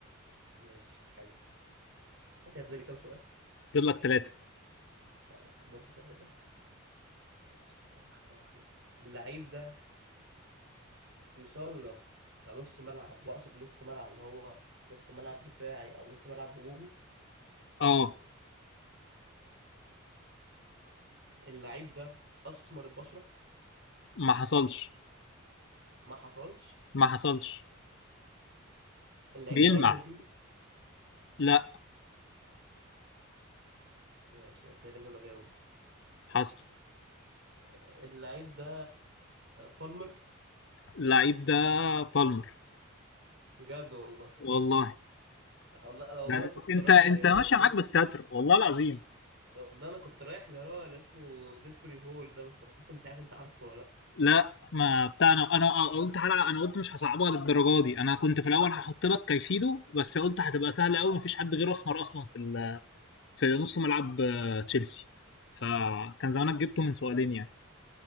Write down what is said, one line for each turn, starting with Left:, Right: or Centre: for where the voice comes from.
Right: ماشي حلو ده كان فاضل لي كام سؤال
Left: فاضل لك 3
Right: يعني برضه ثلاثه ماشي بسم الله الرحمن الرحيم اللعيب ده يصنف كنص ملعب واقصد نص ملعب اللي هو نص ملعب دفاعي او نص ملعب هجومي
Left: آه،
Right: اللعيب ده اسمر البشره
Left: ما حصلش،
Right: ما حصلش
Left: ما حصلش.
Right: اللعيب
Left: بيلمع.
Right: ده ارجنتيني
Left: لأ،
Right: ماشي أنا كده لازم اجاوب
Left: حصل.
Right: اللعيب ده بالمر
Left: اللعيب ده بالمر.
Right: بجد والله
Left: والله،
Right: لا والله انا والله
Left: ده أنت
Right: انا كنت
Left: أنت
Right: رايح
Left: أنت
Right: ل
Left: ماشية
Right: ديز-
Left: معاك بالستر، والله العظيم.
Right: والله انا كنت رايح اللي هو اللي اسمه ديسبري هول ده بس قلت مش عارف انت عارفه ولا
Left: لأ، ما بتاع أنا أنا أنا قلت حلقة أنا قلت مش هاصعبها للدرجة دي. أنا كنت في الأول هاحط لك كايسيدو، بس قلت هتبقى سهلة أوي، ما فيش حد غيره أسمر أصلًا في ال في نص ملعب آه، تشيلسي فكان زمانك جبته من سؤالين يعني